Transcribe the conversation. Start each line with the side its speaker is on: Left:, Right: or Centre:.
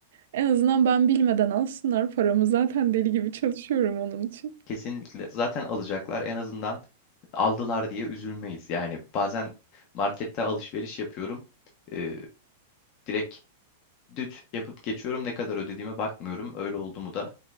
Right: En azından ben bilmeden alsınlar paramı. Zaten deli gibi çalışıyorum onun için.
Left: Kesinlikle. Zaten alacaklar en azından aldılar diye üzülmeyiz. Yani bazen markette alışveriş yapıyorum. Ee, direkt düt yapıp geçiyorum. Ne kadar ödediğime bakmıyorum. Öyle oldu mu da